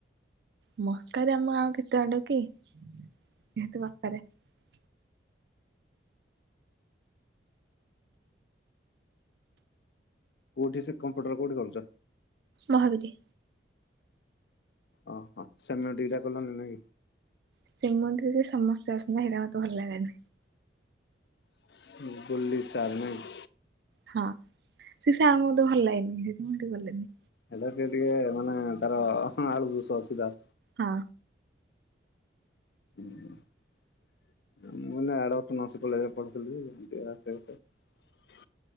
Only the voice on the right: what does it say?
<unintelligible> ଆମ ଗାଁକୁ କେତେକ ବାଟ <unintelligible>
ମହାବିରି।
ଶ୍ରୀମନ୍ଦିରେ ସମସ୍ତେ ଅସନ୍ତି ହେଇଟା ମତେ ଭଲ ଲାଗେନା।
ହଁ ସି ସେ ଆମକୁତ ଭଲ ଲାଗେନି। ହେଇଟି ମୁଁ ହେଇଟିକି ଗଲିନି।
ହଁ।